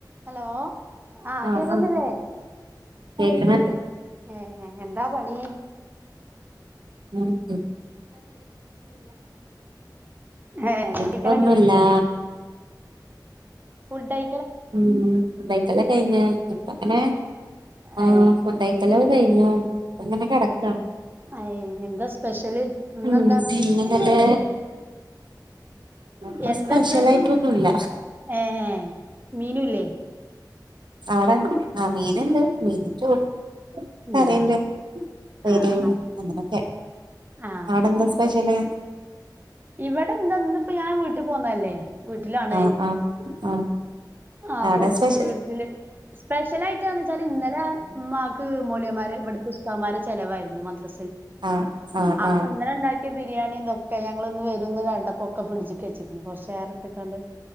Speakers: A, on the right; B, on the right.
A: ഹലോ ആ
B: ആഹ്
A: കേക്കുന്നില്ലേ?
B: ആഹ് <unintelligible>
A: ഏ എന്താ പണി?
B: <inaudible>
A: ഏ ഫുഡിക്കലൊക്കെ
B: ഇപ്പൊന്നുല്ലാ
A: ഫുഡഴ്
B: ഉം ഫുഡൈക്കലൊക്കഴ്ഞ്ഞ് അപ്പൊപ്പിന്നെ ആ
A: ഏ
B: ഫുഡൈക്കല് കഴ്ഞ്ഞു പ്പൊങ്ങനെ കിടക്കാ
A: അയ് എന്താ സ്പെഷ്യല് ഇന്നെന്താണ്
B: ഉം പിന്നന്നട്ട് പ്പൊ
A: എന്താന്ന്
B: സ്പെഷ്യൽ ആയിട്ടൊന്നുല്ല
A: ഏ മീനുല്ലേ
B: അവിടെ ആ മീനുണ്ട് മീൻ ചു കറിണ്ട്
A: ആഹ്
B: പ്പേരിം
A: ആഹ് ആഹ്
B: അങ്ങനൊക്കെ
A: ആഹ്
B: അടെന്താ സ്പെഷ്യല്?
A: ഇവിടെ എന്താ ഇന്ന്പ്പോ ഞാൻ വീട്ടിൽ പോന്നല്ലേ വീട്ടിലാണ്
B: ആഹ് ആഹ് ആഹ്
A: ആ അപ്പൊ
B: അവിടെ സ്പെഷ്യൽ
A: വീട്ടില് സ്പെഷ്യലായിട്ട് വെച്ചാല് ഇന്നലെ മ്മാക്ക് മോല്യമാരെ ഇവിടുത്തെ ഉസ്താമാരെ ചെലവായിരുന്നു മദ്ര
B: ആഹ് ആഹ്
A: അപ്പൊ
B: ആഹ്
A: ന്നലെ ണ്ടാക്ക ബിരിയാണിം നാദമ ഞങ്ങളിന്ന് വരുംന്ന് കണ്ടപ്പോക്കെ ഫ്രിഡ്ജ്ക്കെച്ച്ക്ക്ണ് പക്ഷേ ക്കാണ്ട്